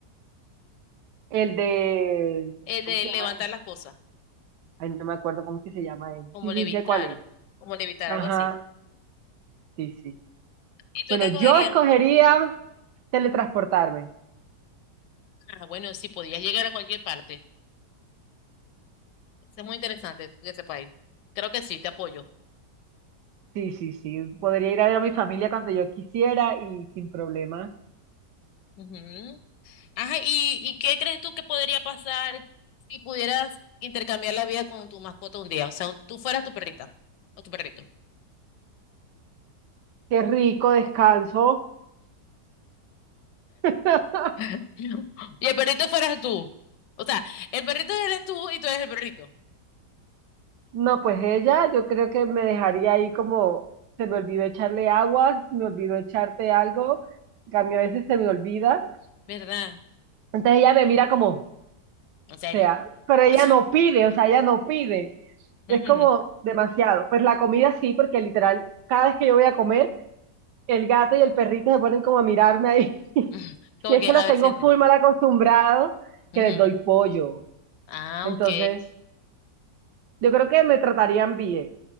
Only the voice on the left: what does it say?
El
de
levantar
las cosas,
como
levitar,
como levitar,
algo así.
¿Y tú
qué
cogerías?
Ah, bueno, sí, podías llegar a cualquier parte. Eso Es muy interesante que sepáis. Creo que sí, te apoyo.
Ujú. Ajá, ¿y, y qué crees tú que podría pasar si pudieras intercambiar la vida con tu mascota un día? O sea, tú fueras tu perrita o tu perrito.
<laughs> Y el perrito fueras tú. O sea, el perrito eres tú y tú eres el perrito.
¿Verdad?
En serio.
<laughs>
Ujú.
<laughs> Como
que,
a
ver,
sienten.
Ujú.
Ah,
ok.